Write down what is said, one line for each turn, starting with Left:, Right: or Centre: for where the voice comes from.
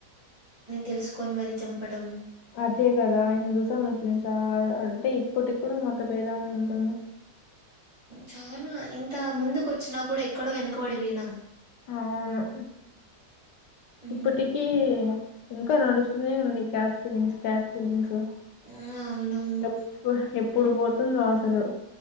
Right: తెలుసుకొని మరి చంపడం
Left: అదే కదా హిందూసా ముస్లిమ్సా అంటే ఇప్పటికి కూడా మత భేదం ఉంటుంది
Right: చానా ఇంత ముందుకు వచ్చినా కూడా ఎక్కడో వెనకబడిపోయినాం
Left: అవును
Right: మ్మ్
Left: ఇప్పటికీ ఇంకా నడుస్తూనే ఉంది క్యాస్ట్ ఫీలింగ్స్ క్యాస్ట్ ఫీలింగ్స్
Right: ఆ అవునవును
Left: ఎప్పుడు ఎప్పు ఏప్పుడు పోతుందో అసలు